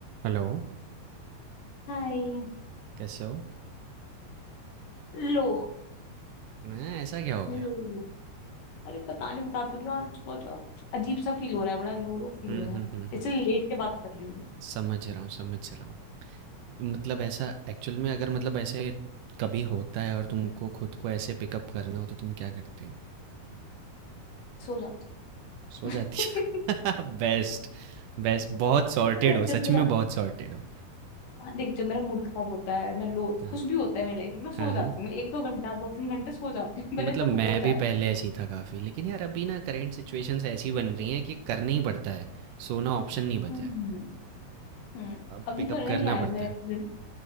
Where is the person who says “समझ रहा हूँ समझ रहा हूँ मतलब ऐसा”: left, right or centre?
Right